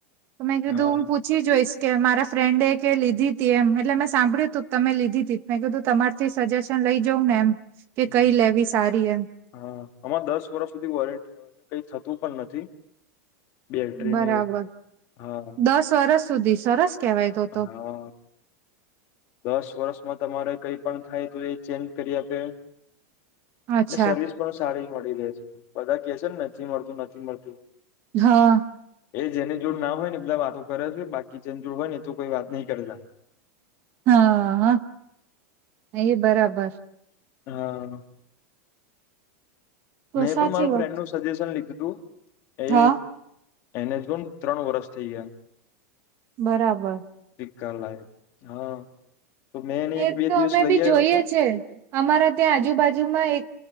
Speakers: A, on the right (about 25°); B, on the left (about 30°).
A: તો મેં કીધું
B: હા
A: હું પૂછી જોઈસ. કે મારા ફ્રેન્ડ એ કે લીધીતી એમ, એટલે મેં સાંભળ્યું તુંક તમે લીધીતી મેં કીધું તમારથી સજેશન લઈ જઉં ને એમ. કે
B: હ
A: કઈ લેવી સારી એમ
B: હા, આમાં દસ વરસ ની વોરંટ, કઈ થતું પણ નથી. બેટરીને
A: બરાબર
B: હા
A: દસ વરસ સુધી સરસ કહેવાય તો
B: હા
A: તો
B: દસ વર્ષમાં તમારે કઈ પણ થાય તો એ ચેન્જ કરી આપે
A: અચ્છા
B: ને સર્વિસ પણ સારી મળી રહે છે બધા કે છે ને નથી મળતું નથી મળતું.
A: હા.
B: એ જેની જોડ ના હોય ને બધા વાતો કરે છે બાકી જેની જોડ હોય ને એ તો કોઈ વાત નહી કરતા.
A: હા-હા એ બરાબર.
B: હા.
A: તો
B: મેં
A: સાચી
B: પણ માર ફ્રેન્ડનું
A: વાત
B: સજેશન લીધું હતું એ
A: હા
B: એને જ જો ત્રણ વરષ થઈ ગયા.
A: બરાબર.
B: કાલ લાઈ હા. તો મેં એને એક
A: એ
B: બે
A: તો
B: દિવસ
A: અમે
B: લઈ
A: બી
B: આવ્યો
A: જોઈએ
B: હતો
A: છે. અમારા ત્યાં આજુબાજુમાં એક